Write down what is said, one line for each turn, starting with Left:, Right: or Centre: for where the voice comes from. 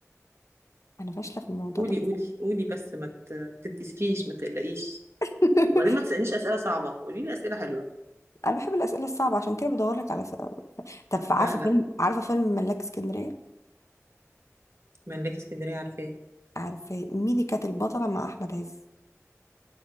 Left: انا فاشله في الموضوع
Right: قولي
Left: ده
Right: قولي قولي بس ما ت- ما تتكسفيش ما تقلقيش
Left: <laughs>
Right: وبعدين ما تسألنيش أسئلة صعبة قولي لي أسئلة حلوة
Left: انا بحب الاسئله الصعبه عشان كده بدور لك على سؤال طب عارفه
Right: لا لا
Left: فيلم عارفه فيلم ملاك اسكندريه
Right: ملاكي اسكندرية عارفاه
Left: عارفه مين اللي كانت البطله مع احمد عز